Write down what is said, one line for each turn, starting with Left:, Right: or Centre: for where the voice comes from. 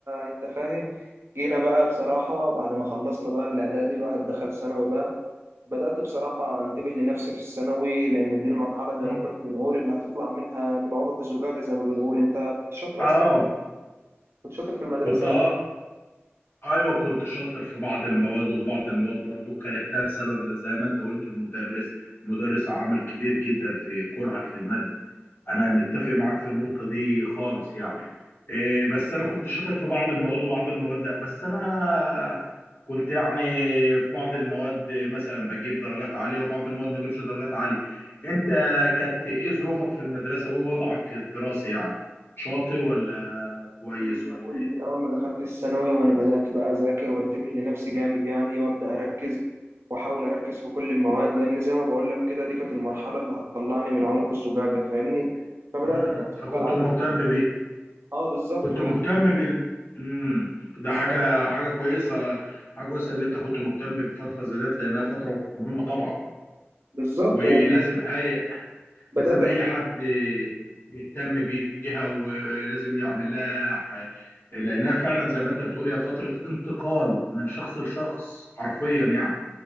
Right: أنت فاهم جينا بقى بصراحة بعد ما خلصنا بقى الإعدادي الواحد دخل ثانوي بقى بدأت بصراحة أنتبه لنفسي في الثانوي لأن دي المرحلة زي
Left: م.
Right: ما كنا بنقول اللي هتطلع منها من عنق الزجاجة زي ما بنقول أنت كنت شاطر
Left: اه
Right: أصلا كنت شاطر في المدرسة
Left: كنت آه. ايوه كنت شاطر في بعض المواد وبعض المواد برضو كرهتها بسبب زي ما انت قلت المدرس مدرس عامل كبير جدا في كرهك للمادة انا متفق معاك في النقطه دي خالص يعني إيه، بس انا كنت شاطر في بعض المواد وبعض المواد لا بس انا كنت يعني في بعض المواد مثلا بجيب درجات عاليه وبعض المواد ما اجيبش درجات عاليه انت كانت ايه ظروفك في المدرسه وايه وضعك الدراسي يعني شاطر ولا كويس
Right: أنا من
Left: ولا
Right: أول
Left: ايه
Right: من أول ما دخلت الثانوي وأنا بدأت بقى أذاكر وأنتبه لنفسي جامد يعني وأبدأ أركز وأحاول أركز في كل المواد لأن زي ما بقول لك كده دي كانت المرحلة اللي هتطلعني من عنق الزجاجة فاهمني؟ فبدأت
Left: مم.
Right: إن أنا أشتغل
Left: فكنت
Right: على
Left: مهتم بيه
Right: أه بالظبط
Left: كنت
Right: والح-
Left: مهتم بال مم. ده
Right: بالظبط
Left: حاجه حاجه كويسه حاجه كويسه اللي انت كنت مهتم بفتره زي ديت لانها فتره مهمه طبعا
Right: بالظبط
Left: ولازم اي
Right: وبدأت
Left: لازم اي حد يهتم بيها ولازم يعمل لها ح- لانها فعلا زي ما انت بتقول هي فتره انتقال من شخص لشخص حرفيا يعني